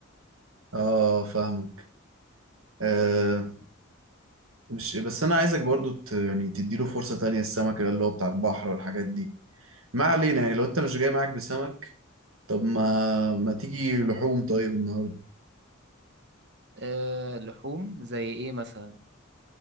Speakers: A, on the right; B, on the right.
A: اه فاهمك آه مش بس انا عايزك برضو ت... يعني تديله فرصة تانية السمك اللي هو بتاع البحر والحاجات دي ما علينا يعني لو انت مش جاي معاك بسمك طب ما ما تيجي لحوم طيب النهارده
B: أه لحوم زي ايه مثلا